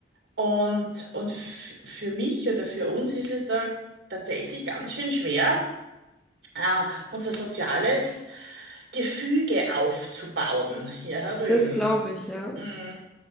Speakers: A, on the right; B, in the centre.
A: Und, und f- für mich oder für uns ist es da tatsächlich ganz schön schwer, äh, unser soziales Gefüge aufzubauen hier herüben.
B: Das glaube ich, ja.
A: Mhm,